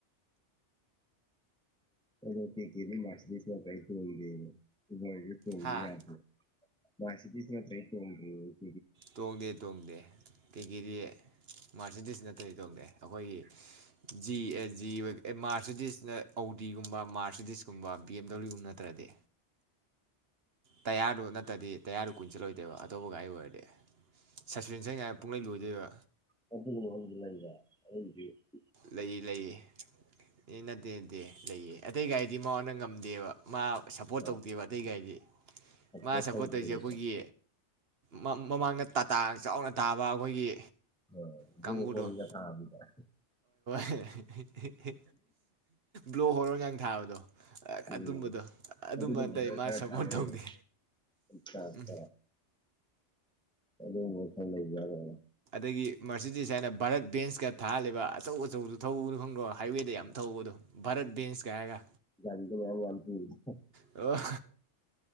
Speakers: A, in the centre; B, on the right.
A: <unintelligible> <unintelligible>
B: ꯍꯥ
A: <unintelligible>
B: ꯇꯣꯡꯗꯦ ꯇꯣꯡꯗꯦ꯫ ꯀꯩꯀꯦꯗꯤ ꯃꯥꯔꯁꯤꯗꯤꯁ ꯅꯠꯇ꯭ꯔꯗꯤ ꯇꯣꯡꯗꯦ ꯑꯩꯈꯣꯏꯒꯤ ꯖꯤ ꯑꯦ ꯖꯤ ꯃꯥꯔꯁꯤꯗꯤꯁꯅ ꯑꯣꯗꯤ ꯒꯨꯝꯕ ꯃꯥꯔꯁꯤꯗꯤꯁꯀꯨꯝꯕ ꯕꯤ ꯑꯦꯝ ꯗꯕ꯭ꯂꯤꯎ ꯒꯨꯝꯕ ꯅꯠꯇ꯭ꯔꯗꯤ꯫ ꯇꯌꯥꯔꯗꯣ ꯅꯠꯇ꯭ꯔꯗꯤ ꯇꯌꯥꯔꯗꯣ ꯀꯨꯏꯅ ꯆꯠꯂꯣꯏꯗꯕ ꯑꯇꯣꯞꯄ ꯒꯥꯔꯤ ꯑꯣꯏꯔꯗꯤ꯫ <unintelligible> ꯄꯨꯡꯂꯣꯏ ꯂꯣꯏꯗꯣꯏꯕ꯫
A: <unintelligible> ꯑꯩꯒꯤꯖꯨ ꯂꯩꯅ ꯑꯩꯒꯤꯗꯤ
B: ꯂꯩ ꯂꯩꯌꯦ ꯑꯦ ꯅꯠꯇꯦ <unintelligible> ꯂꯩꯌꯦ ꯑꯇꯩ ꯒꯥꯥꯏꯗꯤ ꯃꯉꯣꯟꯗ ꯉꯝꯗꯦꯕ ꯃꯥ ꯁꯄꯣꯔꯠ
A: ꯑꯥ
B: ꯇꯧꯗꯦꯕ ꯑꯇꯩꯒꯥꯏꯗꯤ
A: ꯁꯞꯄꯣꯔꯠ
B: ꯃꯥ ꯁꯄꯣꯔꯠ
A: ꯇꯧꯗꯦꯕꯀꯣ
B: ꯇꯧꯔꯤꯁꯦ ꯑꯩꯈꯣꯏꯒꯤ ꯃꯥ ꯃꯃꯥꯡꯗ ꯇꯥꯇꯥ ꯆꯥꯎꯅ ꯇꯥꯕ ꯑꯩꯈꯣꯏꯒꯤ꯫
A: ꯑꯥ꯫
B: ꯀꯥꯡꯕꯨꯗꯣ
A: <unintelligible>
B: ꯍꯦ꯫ ꯍꯤ ꯍꯤ ꯍꯤ꯫ ꯕ꯭ꯂꯣ ꯍꯣꯔꯣꯟ ꯉꯥꯡ ꯊꯥꯕꯗꯣ꯫ ꯑꯥ
A: ꯎꯝ
B: ꯑꯗꯨꯝꯕꯗꯣ ꯑꯗꯨꯝꯕ
A: ꯑꯗꯨꯒꯨꯝꯕꯗꯨꯅ
B: ꯑꯇꯩ ꯃꯥ
A: ꯈꯔ
B: ꯁꯒꯣꯜ
A: ꯀꯥꯟꯅꯩꯌꯦ
B: ꯊꯧꯗꯦ
A: ꯆꯥꯔꯖꯇ
B: ꯎꯝ꯫
A: ꯑꯗꯨꯒꯨꯝꯕ ꯈꯔ ꯂꯩꯖꯥꯠꯂ꯫
B: ꯑꯗꯒꯤ ꯃꯔꯁꯤꯗꯤꯁ ꯍꯥꯏꯅ ꯚꯥꯔꯠ ꯕꯦꯟꯁꯀ ꯊꯥꯔ ꯂꯩꯕ ꯑꯆꯧ ꯑꯆꯧꯕꯗꯨꯣ ꯊꯧꯕꯗꯨ ꯈꯪꯗ꯭ꯔꯣ꯫ ꯍꯥꯏꯋꯦꯗ ꯌꯥꯝ ꯊꯧꯕꯗꯣ꯫ ꯚꯥꯔꯠ ꯕꯦꯟꯁ ꯀ ꯍꯥꯏꯔꯒ꯫
A: <unintelligible>
B: ꯑꯣ